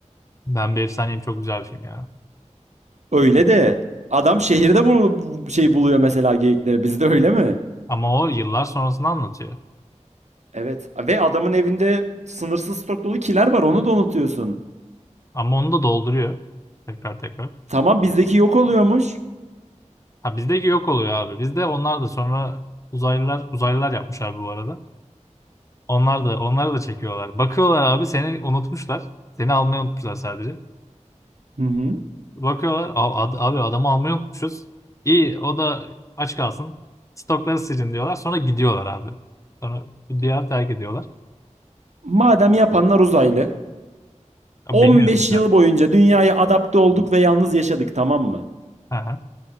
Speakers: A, on the left; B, on the right.
A: Ben bir efsaneyim çok güzel bir film ya.
B: Öyle de adam şehirde bu bu şey buluyor mesela geyikleri. Bizde öyle mi?
A: Ama o yıllar sonrasını anlatıyor.
B: Evet. Ve adamın evinde sınırsız stok dolu kiler var. Onu da unutuyorsun.
A: Ama onu da dolduruyor. Tekrar tekrar.
B: Tamam bizdeki yok oluyormuş.
A: Ha bizdeki yok oluyor abi. Bizde onlar da sonra uzaylılar uzaylılar yapmış abi bu arada. Onlar da onları da çekiyorlar. Bakıyorlar abi seni unutmuşlar. Seni almayı unutmuşlar sadece.
B: Hı hı.
A: Bakıyorlar "A- ad- abi adamı almayı unutmuşuz. İyi o da aç kalsın. Stokları silin diyorlar. Sonra gidiyorlar abi. Sonra bu diyarı terk ediyorlar.
B: Madem yapanlar uzaylı.
A: Ya,
B: 15
A: bilmiyorsun sen.
B: yıl boyunca dünyaya adapte olduk ve yalnız yaşadık tamam mı?
A: Hı hı.